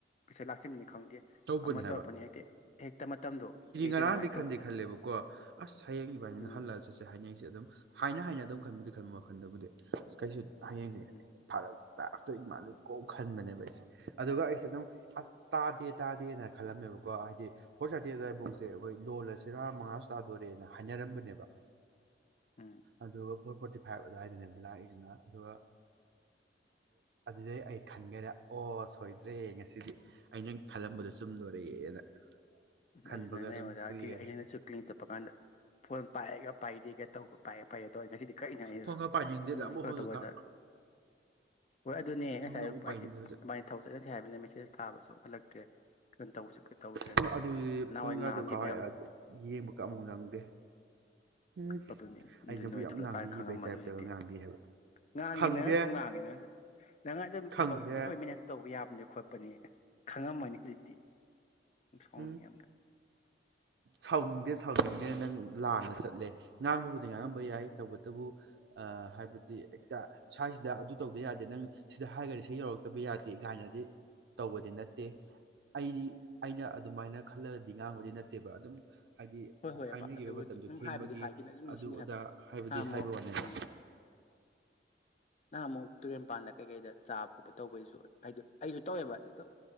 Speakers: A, on the left; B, on the right.
A: ꯄꯩꯁ ꯂꯥꯛꯆꯅꯤꯡꯟꯅꯦ ꯈꯪꯗꯦ
B: ꯇꯧꯕꯅꯦ
A: ꯑꯃ ꯇꯧꯔꯛꯄꯅꯦ ꯍꯦꯛꯇ ꯍꯦꯛꯇ ꯃꯇꯝꯗꯣ ꯌꯩꯗꯅꯉꯥꯏ
B: ꯉꯔꯥꯡꯗꯤ
A: ꯇꯧꯕꯗꯣ
B: ꯈꯟꯗꯤ ꯈꯜꯂꯦꯕꯀꯣ ꯑꯁ ꯍꯌꯦꯡ ꯏꯕꯥꯏꯅꯤꯅ
A: ꯎꯝ
B: ꯍꯜꯂꯒ ꯆꯠꯁꯦ ꯍꯥꯏꯅꯡꯁꯦ ꯑꯗꯨꯝ ꯍꯥꯏꯅ ꯍꯥꯏꯅ ꯑꯗꯨꯝ ꯈꯟꯕꯗꯤ ꯈꯟꯕ ꯋꯥꯜ ꯀꯟꯗꯕꯨꯗꯤ ꯑꯁ ꯀꯩꯁꯨ ꯍꯌꯦꯡꯁꯦ
A: ꯎꯝ
B: ꯐꯔꯛ ꯇ ꯇꯣꯏꯃꯥꯂ ꯀꯣ ꯈꯟꯕꯅꯦꯕ ꯑꯩꯁꯦ ꯑꯗꯨꯒ ꯑꯩꯁꯦ ꯑꯗꯨꯒ ꯑꯁ ꯇꯥꯗꯦ ꯇꯥꯗꯦꯅ ꯈꯜꯂꯝꯃꯦꯕꯀꯣ ꯍꯥꯏꯗꯤ ꯐꯣꯔ ꯊꯥꯔꯇꯤ ꯑꯗꯨꯋꯥꯏꯐꯥꯎꯁꯦ ꯑꯩꯈꯣꯏ ꯂꯣꯜꯂ ꯁꯤꯔꯥ ꯃꯉꯥꯁꯨ ꯇꯥꯗꯣꯔꯦꯅ ꯍꯥꯏꯅꯔꯝꯕꯅꯦꯕ
A: ꯎꯝ
B: ꯑꯗꯨꯒ ꯐꯣꯔ ꯐꯣꯔꯇꯤ ꯐꯥꯏꯚ ꯑꯗꯨꯋꯥꯏꯗꯅꯦꯕ ꯂꯥꯛꯏꯖꯤꯅ ꯑꯗꯨꯒꯗ ꯑꯗꯨꯗꯩ ꯑꯩ ꯈꯟꯒꯔꯦ ꯑꯣ ꯁꯣꯏꯗ꯭ꯔꯦ ꯉꯁꯤꯗꯤ ꯑꯩꯅ ꯈꯜꯂꯝꯕꯗ ꯆꯨꯝꯗꯣꯔꯦꯅ ꯈꯟꯕꯒ
A: ꯑꯗꯨ ꯅꯪꯅ
B: ꯑꯗꯨꯝ
A: ꯑꯩꯉꯣꯟꯗ
B: ꯀꯨꯏꯈꯔꯦ
A: ꯑꯩ ꯅꯪꯅꯁꯨ ꯀ꯭ꯂꯤꯅꯤ ꯆꯠꯄ ꯀꯥꯟꯗ ꯐꯣꯟ ꯄꯥꯏꯑꯒ ꯄꯥꯏꯗꯦꯒ ꯇꯧꯕ ꯄꯥꯏꯑ ꯄꯩꯌꯦ ꯇꯧꯔꯦ ꯉꯁꯤꯗꯤ ꯀꯛꯏꯅ
B: ꯐꯣꯟꯒ ꯄꯥꯏꯅꯤꯡꯗꯦꯗ
A: ꯀꯩꯅꯣ
B: ꯑꯃꯨꯛ ꯍꯧꯖꯤꯛꯀ
A: ꯇꯧꯕꯖꯔ ꯍꯣꯏ ꯑꯗꯨꯅꯦ ꯉꯁꯥꯏ
B: ꯐꯣꯟꯒ ꯑꯃꯨꯛ ꯄꯥꯏꯅꯤꯡꯗꯦ
A: ꯍꯥꯏꯗꯤ
B: ꯍꯧꯖꯤꯛ
A: ꯏꯕꯅꯤ ꯊꯕꯛ ꯆꯠꯃꯤꯟꯅꯁꯤ ꯍꯥꯏꯕꯅꯤꯅ ꯃꯦꯁꯦꯁ ꯊꯥꯕꯁꯨ ꯍꯜꯂꯛꯇ꯭ꯔꯦ ꯀꯩꯅꯣ ꯇꯧꯕꯁꯩ ꯇꯧꯗ꯭ꯔꯦ
B: ꯐꯣꯟ
A: ꯑꯗꯨꯅꯤ
B: ꯑꯗꯨꯗꯤ
A: ꯅꯍꯥꯟꯋꯥꯏ
B: ꯐꯣꯟꯒꯗꯣ
A: ꯉꯥꯡꯈꯤꯕ
B: ꯀꯥꯎꯋꯥꯏ
A: ꯃꯌꯥꯝꯗꯣ
B: ꯌꯦꯡꯕꯒ ꯑꯃꯨꯛ ꯅꯪꯗꯦ ꯎꯝ
A: ꯑꯗꯨꯅꯤ ꯑꯗꯨ
B: ꯑꯩꯅꯕꯨ
A: ꯅꯣꯏ
B: ꯌꯥꯝ
A: ꯊꯂꯛꯀꯥꯟꯗ
B: ꯉꯥꯡꯕꯤꯈꯤꯕꯩ
A: ꯈꯪꯉꯝꯃꯅꯤ
B: ꯇꯥꯏꯞꯇꯒ
A: ꯍꯧꯖꯤꯛꯇꯤ
B: ꯉꯥꯡꯕꯤ ꯍꯥꯏꯕ
A: ꯉꯥꯡꯉꯦ
B: ꯈꯪꯗꯦ
A: ꯅꯪꯁꯨ ꯑꯃꯛ ꯉꯥꯡꯉꯦ ꯅꯪꯁꯨ ꯅꯉꯥꯏ ꯑꯗꯨ
B: ꯈꯪꯗꯦ
A: ꯊꯕꯛꯁꯤ ꯂꯣꯏ ꯃꯦꯅꯦꯖ ꯇꯧꯕ ꯌꯥꯕꯅꯤ ꯈꯣꯠꯄꯅꯤ ꯈꯪꯉꯝꯃꯅꯤ ꯍꯧꯖꯤꯛꯇꯤ ꯁꯥꯎꯅꯤ
B: ꯎꯝ
A: <inaudible>
B: ꯁꯥꯎꯅꯤꯡꯗꯦ ꯁꯥꯎꯅꯤꯡꯗꯦ ꯅꯪ ꯂꯥꯟꯅ ꯆꯠꯂꯦ ꯉꯥꯡꯕꯕꯨꯗꯤ ꯉꯥꯡꯉꯝꯕ ꯌꯥꯏ ꯇꯧꯕꯇꯕꯨ ꯍꯥꯏꯕꯗꯤ ꯍꯦꯛꯇ ꯁ꯭ꯋꯥꯏꯁꯤꯗ ꯑꯗꯨ ꯇꯧꯗ ꯌꯥꯗꯦ ꯅꯪ ꯁꯤꯗ ꯍꯥꯏꯈꯗꯤ ꯏꯁꯩ ꯌꯧꯔꯛꯇꯕ ꯌꯥꯗꯦ ꯀꯥꯏꯅꯗꯤ ꯇꯧꯕꯗꯤ ꯅꯠꯇꯦ ꯑꯩꯗꯤ ꯑꯩꯅ ꯑꯗꯨꯃꯥꯏꯅ ꯈꯜꯂꯒꯗꯤ ꯉꯥꯡꯕꯗꯤ ꯅꯠꯇꯦꯕ ꯑꯗꯨꯝ ꯍꯥꯏꯗꯤ
A: ꯍꯣꯏ ꯍꯣꯏꯕ
B: ꯍꯥꯏꯅꯈꯤꯕ
A: ꯑꯗꯨꯕꯨꯗꯤ
B: ꯃꯇꯝꯗ
A: ꯑꯗꯨꯝ
B: ꯊꯦꯡꯕꯒꯤ
A: ꯍꯥꯏꯕꯗꯤ ꯍꯥꯏꯈꯤꯅ ꯑꯗꯨꯝ ꯅꯤꯡꯁꯤꯡꯉꯦ
B: ꯑꯗꯨ ꯑꯗꯥ
A: ꯍꯥꯏꯕ
B: ꯍꯥꯏꯕꯗꯤ
A: ꯅꯍꯥꯟ ꯑꯃꯨꯛ
B: ꯍꯥꯏꯕ ꯋꯥꯅꯦꯕ
A: ꯎꯝ ꯅꯍꯥꯟ ꯑꯃꯨꯛ ꯇꯨꯔꯦꯟꯄꯥꯟꯗ ꯀꯩꯀꯩꯗ ꯆꯥꯕ ꯈꯣꯠꯄ ꯇꯧꯕꯩꯁꯨ ꯍꯥꯏꯗ ꯑꯩꯁꯨ ꯇꯧꯋꯦꯕ ꯍꯦꯛꯇ